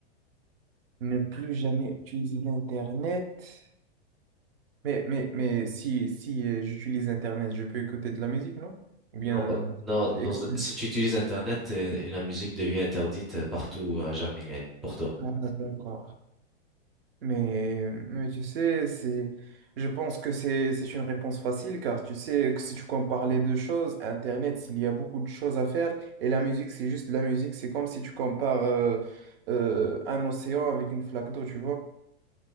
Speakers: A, on the right; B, in the centre.
A: Ne plus jamais utiliser l'Internet. Mais, mais, mais si, si euh, j'utilise Internet, je peux écouter de la musique, non? Ou bien,
B: Non, pas-
A: euh,
B: non, dans-
A: c'est exclu.
B: si tu utilises Internet, euh, la musique devient interdite euh, partout à jamais euh, pour toi.
A: Ah, d'accord. Mais, mais tu sais, c'est, je pense que c'est, c'est une réponse facile car tu sais que si tu compares les deux choses, Internet, s'il y a beaucoup de choses à faire et la musique, c'est juste la musique, c'est comme si tu compares euh, euh, un océan avec une flaque d'eau, tu vois.